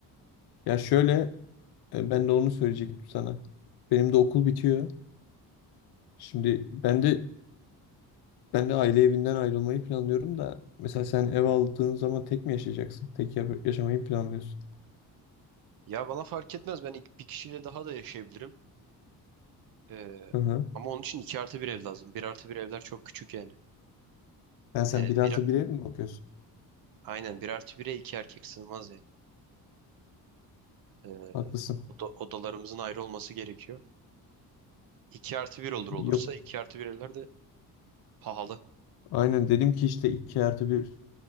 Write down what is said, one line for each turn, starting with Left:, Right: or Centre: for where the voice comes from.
Left: Ya şöyle e, ben de onu söyleyecektim sana. Benim de okul bitiyor. Şimdi ben de Ben de aile evinden ayrılmayı planlıyorum da mesela sen ev aldığın zaman tek mi yaşayacaksın? Tek ya- yaşamayı planlıyorsun.
Right: Ya bana fark etmez. Ben ik- bir kişiyle daha da yaşayabilirim. Ee,
Left: Hı hı.
Right: ama onun için 2 artı bir ev lazım. bir artı bir evler çok küçük yani.
Left: Yani sen
Right: Ee,
Left: bir artı
Right: bir,
Left: bir ev mi bakıyorsun?
Right: aynen bir artı 1'e 2 erkek sığmaz yani. Ee,
Left: Haklısın.
Right: oda- odalarımızın ayrı olması gerekiyor. iki artı bir olur olursa
Left: Yok.
Right: 2 artı bir evler de pahalı.
Left: Aynen dedim ki işte iki artı bir